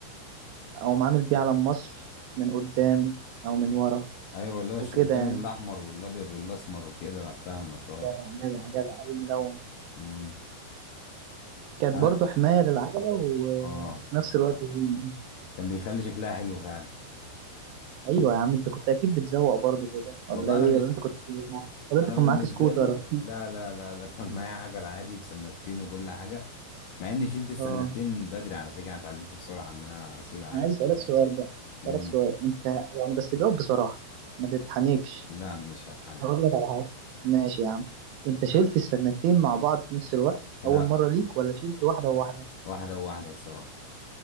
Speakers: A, on the right; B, on the left.
A: او عامل بيه علم مصر من قدام او من ورا
B: ايوه اللي هو الشجرتين
A: وكده يعني
B: الاحمر والابيض والاسمر وكده انا فاهمك اه
A: جدع جدع جدع الملون
B: امم
A: كانت
B: انا
A: برضه حماية للعجلة وفي
B: اه
A: نفس الوقت زينة
B: كان بيخلي شكلها حلو فعلا
A: أيوة يا عم أنت كنت أكيد بتزوق برضه كده ولا
B: والله
A: إيه
B: انا ب...
A: ولا أنت كنت <laughs> ولا أنت
B: انا
A: كان
B: بالنسبه
A: معاك سكوتر
B: لي لا لا لا لا كان معايا عجل عادي وسنتين وكل حاجه مع اني
A: <laughs>
B: شلت السنتين
A: أه
B: بدري على فكره انا اتعلمت بسرعه ان انا اسوق العجل
A: أنا عايز
B: فعلا
A: أسألك سؤال بقى
B: امم
A: أسألك سؤال أنت يعني بس جاوب بصراحة ما تتحنكش
B: لا مش هتحني
A: هقول لك على حاجة ماشي يا عم أنت شلت السنتين مع بعض في نفس الوقت في
B: لا
A: أول مرة ليك ولا شلت واحدة وواحدة؟
B: واحده وواحده الصراحه